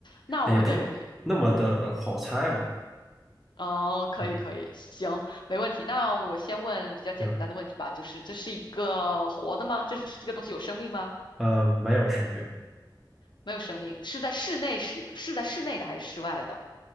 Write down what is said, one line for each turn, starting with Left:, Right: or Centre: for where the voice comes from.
Left: 那我得
Centre: 也不是那么的好猜吧，
Left: 哦，可以可以，
Centre: 嗯，
Left: 行，没问题。那我先问比较简单的问题吧，
Centre: 行，
Left: 就是这是一个活的吗？这是这个东西有生命吗？
Centre: 呃，没有生命，
Left: 没有生命，是在室内使，是在室内的还是室外的？